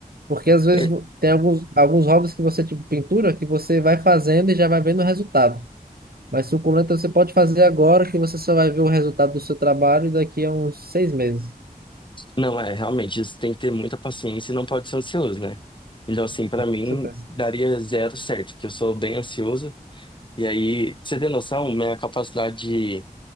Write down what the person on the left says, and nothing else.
É,
não, é, realmente, isso tem que ter muita paciência e não pode ser ansioso, né? Então, assim, pra mim,
daria zero certo, porque eu sou bem ansioso. E aí, você tem noção, minha capacidade de,